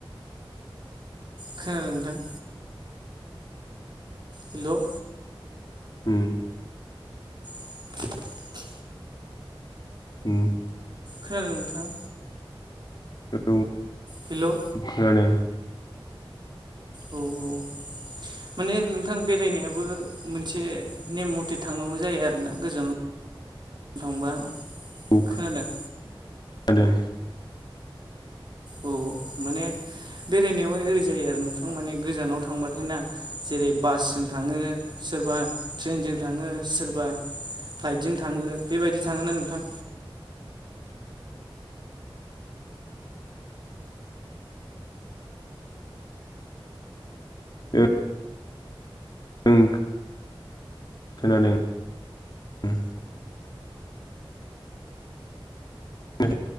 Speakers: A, on the right; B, on the left.
A: खोनादों नोंथां हेलौ
B: ओम
A: <inaudible>
B: उम
A: खोनादों नोंथां?
B: औ
A: हेल' औ
B: खोनादों
A: औ औ माने नोंथां बेरायनायाबो मोनसे नेम मथे थांनांगौ जायो आरोना गोजानाव थांबा
B: औ
A: खोनादों
B: <unintelligible>
A: औ माने बेरायनायावहाय ओरै जायो आरो नोंथां माने गोजानाव थांबाथाय ना जेरै- बासजों थाङो सोरबा ट्रेनजों थाङो सोरबा फ्लाइटजों थाङो बेबायदि थाङो ना नोंथां
B: ओ ओं खोनादों उम औ